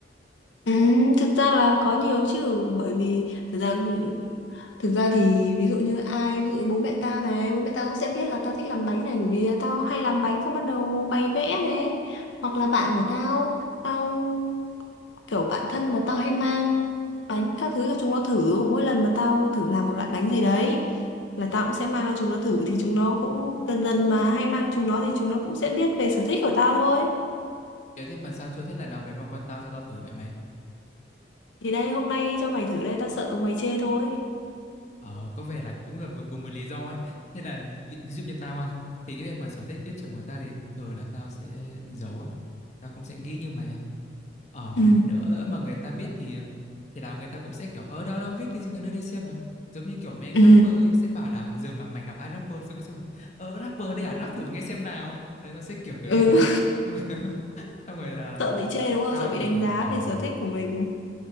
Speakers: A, on the left; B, on the left.
A: Ừ, thực ra là có nhiều chứ bởi vì thực ra thực ra thì ví dụ như ai ví dụ như bố mẹ tao này bố mẹ tao cũng sẽ biết là tao thích làm bánh này bởi vì tao hay làm bánh xong bắt đầu bày vẽ này hoặc là bạn của tao tao kiểu bạn thân là tao hay mang bánh các thứ cho chúng nó thử mỗi lần mà tao thử làm một loại bánh gì đấy là tao cũng sẽ mang cho chúng nó thử thì chúng nó cũng dần dần mà hay mang chúng nó thì chúng nó cũng sẽ biết về sở thích của tao thôi
B: Thế thế mà sao chưa thấy lần nào mày mang qua tao cho tao thử vậy mày?
A: thì đây hôm nay cho mày thử đây tao sợ mày chê thôi
B: Ờ, có vẻ là cũng là vừa cùng một lý do ấy. Thế là ví, ví ví dụ như tao à, thì cái việc mà sở thích viết truyện của tao thì thường là tao sẽ giấu á. Tao cũng sẽ nghĩ như mày á. Ờ,
A: Ừ.
B: đỡ lỡ mà người ta biết thì thì là người ta cũng sẽ kiểu ở đâu đâu viết cái gì nó đưa đây xem nào. Giống như kiểu mấy anh
A: Ừ,
B: rapper ấy sẽ bảo là giờ mà mày gặp ai rapper sẽ cũng sẽ bảo ờ rapper đây à rap thử nghe xem nào. Đấy nó sẽ kiểu kiểu
A: ừ,
B: như thế. Xong <laughs> rồi, xong rồi là
A: <laughs> sợ bị chê đúng không?
B: tao
A: Sợ bị
B: thì
A: đánh giá
B: ờ
A: về sở thích của mình.